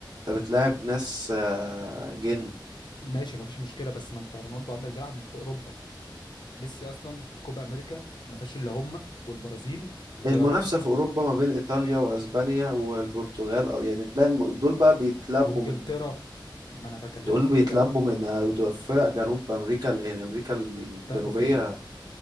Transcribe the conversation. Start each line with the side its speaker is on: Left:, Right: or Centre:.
Right: أنت بتلاعب ناس آه، جن
Left: ماشي ما فيش مشكله بس ما انت رونالدو عندك بيلعب في اوروبا ميسي اصلا كوبا امريكا ما فيهاش الا هم والبرازيل ويا
Right: المنافسة
Left: رب
Right: في أوروبا ما بين إيطاليا وأسبانيا والبرتغال آه، يعني تلاقي الم- دول بقى بيتلبوا
Left: وانجلترا
Right: من
Left: ما انا بكلمك
Right: دول
Left: في
Right: بيتلبوا
Left: كده
Right: من آه، دول فرق جنوب أمريكا يعني أمريكا الجنوبية
Left: بيتلبوا فين يعني